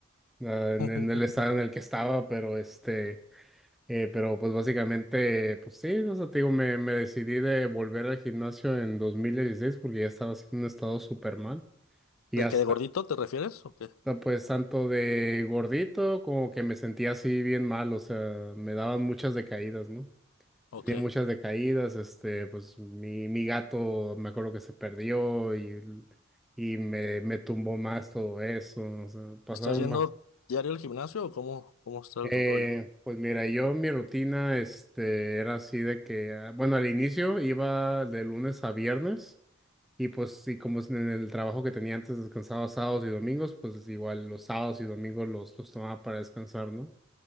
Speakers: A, in the centre; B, on the left.
A: ah, en,
B: <laughs>
A: en el estado en el que estaba, pero este, eh, pero pues básicamente, pues sí, o sea, te digo, me, me decidí de volver al gimnasio en dos mil dieciséis porque ya estaba haciendo un estado súper mal. Y
B: ¿De
A: hasta
B: qué de gordito te refieres? ¿O qué?
A: sea, pues tanto de gordito como que me sentía así bien mal, o sea, me daban muchas decaídas, ¿no?
B: Ok.
A: Tenía muchas decaídas, este, pues mi, mi gato me acuerdo que se perdió y, y me, me tumbó más todo eso, o sea, pasaron
B: ¿Estás yendo
A: más.
B: diario al gimnasio o cómo, cómo está
A: Eh,
B: el rollo?
A: pues mira, yo mi rutina, este, era así de que, ah, bueno, al inicio iba de lunes a viernes. Y pues y como es en el trabajo que tenía antes descansaba sábados y domingos, pues igual los sábados y domingos los, los tomaba para descansar, ¿no?